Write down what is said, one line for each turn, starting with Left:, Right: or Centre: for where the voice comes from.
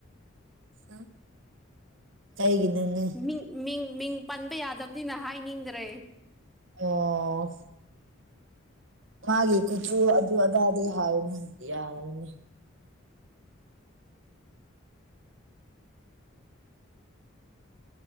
Right: ꯑꯝ ꯀꯩꯒꯤꯅꯣꯅꯦ
Centre: ꯃꯤꯡ ꯃꯤꯡ ꯃꯤꯡ ꯄꯟꯕ ꯌꯥꯗꯕꯅꯤꯅ ꯍꯥꯏꯅꯤꯡꯗ꯭ꯔꯦ
Right: ꯑꯣ ꯃꯥꯒꯤ ꯀꯨꯆꯨ ꯑꯗꯨ ꯑꯗꯥꯗꯤ ꯍꯥꯏꯅ ꯌꯥꯒꯅꯤꯅꯤ